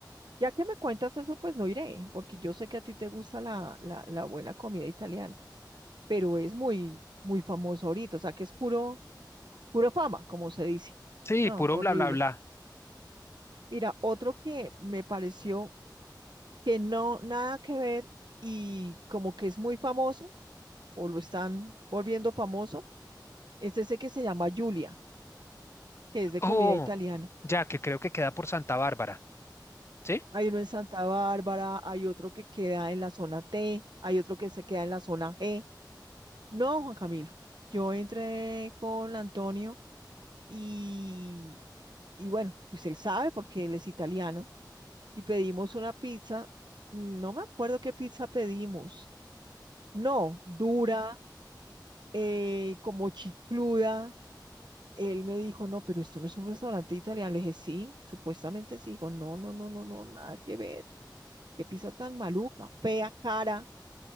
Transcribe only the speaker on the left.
Sí,
puro
bla, bla, bla.
Oh,
ya que creo que queda por Santa Bárbara, ¿sí?